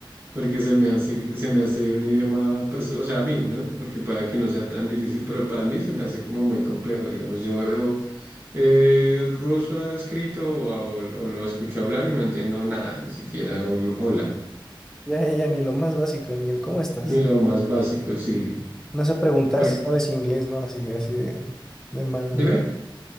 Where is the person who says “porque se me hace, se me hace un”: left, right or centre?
Right